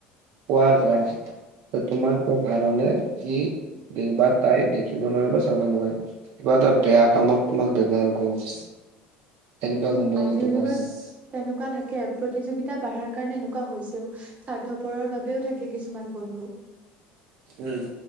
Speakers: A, on the right; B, on the right.
A: পোৱা যায়। তোমাক মই ভাল হলে সি দে বা তাই দেখিব নোৱাৰিব চাব নোৱাৰিব। কিবা এটা বেয়া কামত তোমাক ব্যৱহাৰ কৰিব এনেকুৱা
B: উম
A: বন্ধু
B: আজিৰ
A: কিন্তু পোৱা
B: যুগত
A: যায়।
B: তেনেকুৱা থাকে, প্ৰতিযোগিতা বাঢ়াৰ কাৰণে এনেকুৱা হৈছেও। স্বাৰ্থপৰৰ বাবেও থাকে, কিছুমান বন্ধু।
A: উম